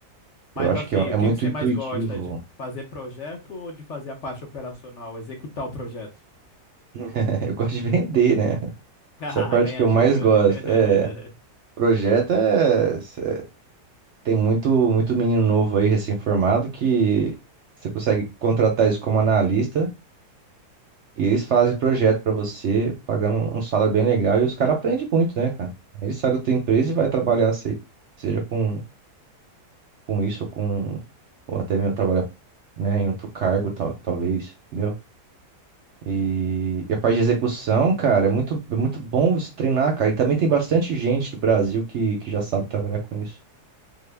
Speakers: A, on the left (about 55°); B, on the right (about 60°).
A: Mas
B: Eu acho
A: assim,
B: que é, é
A: o que
B: muito
A: que você
B: intuitivo.
A: mais gosta? De fazer projeto ou de fazer a parte operacional, executar o projeto?
B: <laughs> Eu gosto de vender, né?
A: <laughs>
B: Essa é a parte
A: Ganhar
B: que eu
A: dinheiro,
B: mais gosto.
A: né? <laughs>
B: É, projeto é. cê- Tem muito, muito menino novo aí, recém-formado, que você consegue contratar eles como analista e eles fazem projeto pra você, pagando um salário bem legal. E os caras aprendem muito, né, cara? Aí Ele sai da tua empresa e vai trabalhar, se- seja com, com isso ou com. Ou até mesmo trabalhar, né, em outro cargo, tal, talvez. entendeu? E, e a parte de execução, cara, é muito, é muito bom você treinar, cara. E também tem bastante gente do Brasil que, que já sabe trabalhar com isso.